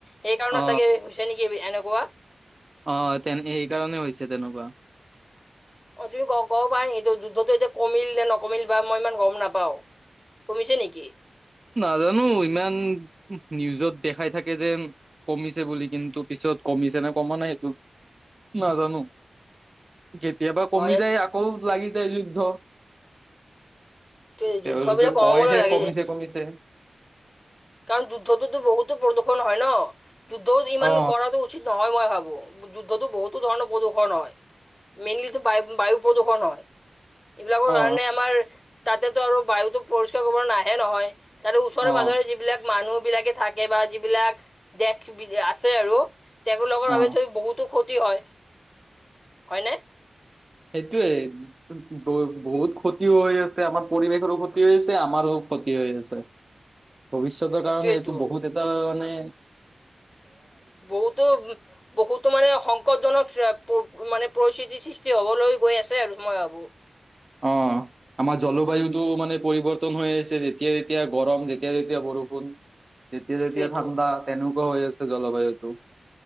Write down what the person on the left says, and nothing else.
সেইকাৰণে
চাগে হৈছে নেকি এবি এনেকুৱা!
অ' তুমি ক - কব পাৰা নেকি যু - যুদ্ধতটো এতিয়া কমিল নে নকমিল বা মই ইমান গম নাপাওঁ। কমিছে নেকি?
অ
<unintelligible> যুদ্ধ
বিলাক কমাবলৈ
লাগে
যে
কাৰণ যুদ্ধতটো বহুতো প্ৰদূষণ হয় ন! যুদ্ধও ইমান
কৰাটো উচিত নহয় মই খাব, যুদ্ধতো বহুতো ধৰণৰ প্ৰদূষণ হয়। মেইনলিটো বা - বায়ু প্ৰদূষণ হয়। এইবিলাকৰ
কাৰণে আমাৰ তাতেতো আৰু বায়ুতো পৰিষ্কাৰ কৰিব নাহে নহয়। তাৰে ওচৰে
পাজৰে যি মানুহ বিলাকে থাকে বা যিবিলাক দেশ বি আছে আৰু তেগু লগৰ বাবে
তো বহুতো ক্ষতি হয়, হয়নে ‌?
সেইটোৱেইটো
বহুতো - বহুতো মানে সংকটজনক <unintelligible> মানে প্ৰচিত <unintelligible> সৃষ্টি হ'বলৈ গৈ আছে আৰু মই ভাবো।
সেইটোৱেইটো